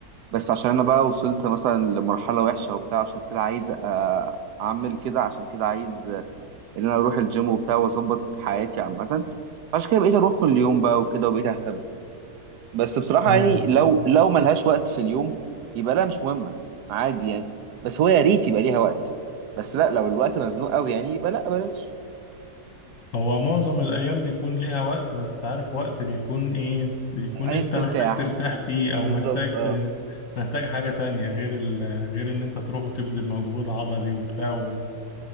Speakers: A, on the right; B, on the left.
A: بس عشان انا بقى وصلت مثلا لمرحله وحشه وبتاع عشان كده عايز آه، اعمل كده عشان كده عايز آه، ان انا اروح الجيم وبتاع واظبط حياتي عامه عشان كده بقيت اروح كل يوم بقى وكده وبقيت اهتم بس بصراحة
B: اه
A: يعني لو لو ملهاش وقت في اليوم يبقى لا مش مهمة عادي يعني بس هو يا ريت يبقى ليها وقت بس لا لو الوقت مزنوق قوي يعني يبقى لا بلاش
B: هو معظم الأيام بيكون ليها وقت بس عارف وقت بيكون إيه بيكون
A: عايز
B: أنت
A: ترتاح
B: محتاج ترتاح فيه
A: بالظبط
B: أو محتاج
A: اه
B: ت... محتاج حاجة تانية غير ال... غير إن أنت تروح وتبذل مجهود عضلي وبتاع و...